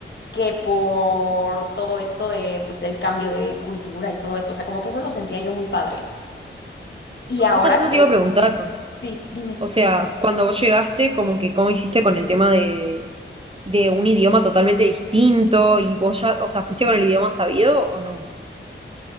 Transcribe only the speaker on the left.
que por todo esto de, pues, el cambio de cultura y todo esto. O sea, como que eso lo sentía yo muy padre. Y
ahora
que,
sí, dime.